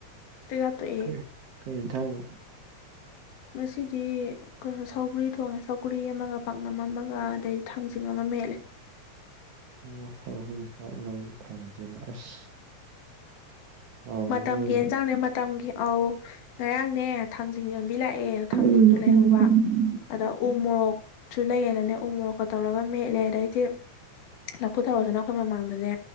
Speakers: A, on the left (about 80°); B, on the right (about 65°).
A: ꯆꯥꯛꯆꯥ ꯇꯣꯛꯑꯦ꯫
B: ꯀꯩ ꯀꯩ ꯏꯟꯖꯥꯡꯅꯣ꯫
A: ꯉꯁꯤꯗꯤ ꯀꯩꯅꯣ ꯁꯧꯒ꯭ꯔꯤ ꯊꯣꯡꯉꯦ ꯁꯧꯒ꯭ꯔꯤ ꯑꯃꯒ ꯄꯥꯛꯅꯝ ꯑꯃꯒ ꯑꯗꯩ ꯊꯥꯡꯖꯤꯡ ꯑꯃ ꯃꯦꯠꯂꯦ꯫
B: ꯑꯣ ꯁꯧꯒꯔꯤ ꯄꯥꯛꯅꯝ ꯊꯥꯡꯖꯤꯡ ꯑꯁ꯫ ꯍꯥꯎꯔꯝꯃꯅꯤꯅꯦ
A: ꯃꯇꯝꯒꯤ ꯑꯦꯟꯖꯥꯡꯅꯦ ꯃ ꯃꯇꯝꯒꯤ ꯑꯧ ꯉꯔꯥꯡꯅꯦ ꯊꯥꯡꯖꯤꯡ ꯌꯣꯟꯕꯤ ꯂꯥꯛꯑꯦ
B: <unintelligible>
A: ꯊꯥꯡꯖꯤꯡꯗꯨ ꯂꯩꯍꯧꯕ ꯑꯗ ꯎ ꯃꯣꯔꯣꯛꯁꯨ ꯂꯩꯌꯦꯅꯅꯦ ꯎ ꯃꯣꯔꯣꯛꯀ ꯇꯧꯔꯒ ꯃꯦꯠꯂꯦ ꯑꯗꯩꯗꯤ ꯂꯐꯨ ꯊꯔꯣꯗꯨꯅ ꯑꯩꯈꯣꯏ ꯃꯃꯥꯡꯗꯅꯦ